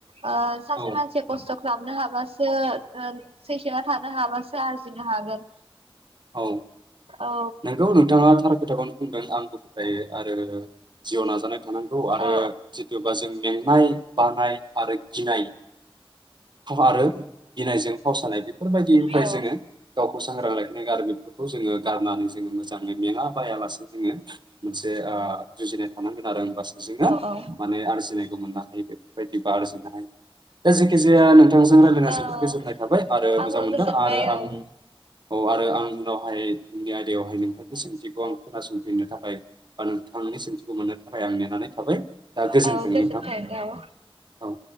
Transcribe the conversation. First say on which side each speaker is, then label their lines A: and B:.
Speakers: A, on the right; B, on the right.
A: ओ सासे
B: औ
A: मानसिया खस्थ' खालामनो हाबासो ओ पेसियेनाव थानो हाबासो आर्जिनो हागोन।
B: औ
A: औ
B: नंगौ नोंथाङा थार खोथाखौनो बुं दों आंबो आरो जिउआव नाजानाय थानांगौ आरो
A: औ
B: जिथुबा जों मेंनाय, बानाय आरो गिनाय आरो गिनायजों फावसानाय बेफोरबायदिनिफ्राय
A: औ
B: जोङो गावखौ सांग्रां ला <unintelligible> खौ जोङो गारनानै जोङो मोजाङै मेङा बायालासे जोङो मोनसे ओ जुजिनाय थानांगोन आरो बास बेजोंनो
A: औ औ
B: माने आरजिनाय मोननो हायो। <unintelligible> आर्जिनाय दा जेखिजाया आं थांजों रायलायनाया
A: औ
B: जोबोद गोजोननाय थाबाय आरो
A: आंबो
B: मोजां मोनदों
A: गोजोनबाय
B: आरो आं
A: औ
B: औ आरो आं उनावहाय उननि आयदायावहाय नोंथांनि सोंथिखौ आं खोनासंफिननो थाखाय बा नोंथांनि सोंथिखौ मोननो थाखाय आं नेनानै थाबाय दा गोजोन्थों
A: औ गोजोन्थों
B: नोंथां
A: औ।
B: औ।